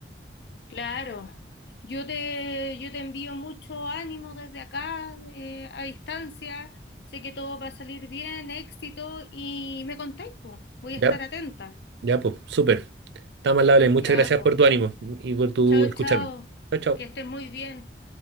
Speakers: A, on the left (about 65°); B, on the right (about 70°).
A: Claro, yo te, yo te envío mucho ánimo desde acá, eh, a distancia. Sé que todo va a salir bien, éxito y me contáis, po. Voy
B: Ya,
A: a estar atenta.
B: ya, pues, súper. Está más
A: Ya,
B: muchas gracias
A: pues.
B: por tu ánimo y por tu
A: Chao,
B: escucharme.
A: chao.
B: Chao, chao.
A: Que estés muy bien.